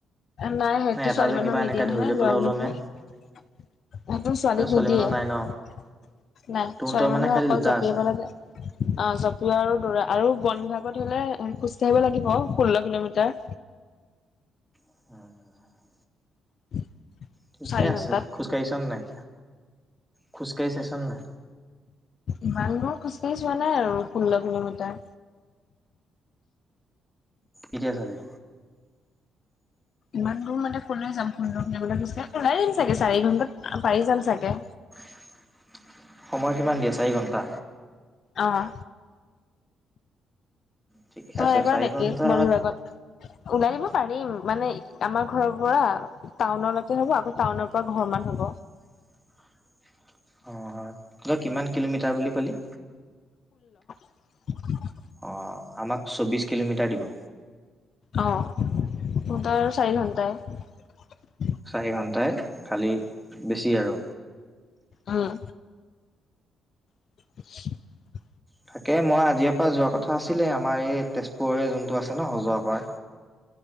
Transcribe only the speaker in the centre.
এটা
যে
কিবা
এনেকে
ধৰি লৈ
পেলাই
ওলমে
সেই ছোৱালী
মানুহৰ নাই ন
তহঁতৰ
মানে
খালি
দুটা
আছে
উম'।
ঠিকে
আছে,
খোজ কাঢ়িছ নে নাই? খোজকাঢ়িছে চ'ল না।
এতিয়া, ছাবি।
<unintelligible> সময় কিমান দিয়ে, চাৰি ঘণ্টা।
ঠিকে
আছে
চাৰি
ঘন্টাত
<unintelligible> অ' তই কিমান কিলোমিটাৰ বুলি কলি?
অ', আমাক চৌবিশ কিলোমিটাৰ দিব।
চাৰি ঘণ্টাই খালী বেছি আৰু।
তাকে মই আজিৰে পৰা যোৱা কথা আছিলে, আমাৰ এই তেজপুৰৰে যোনটো আছে ন সজোৱা পৰা।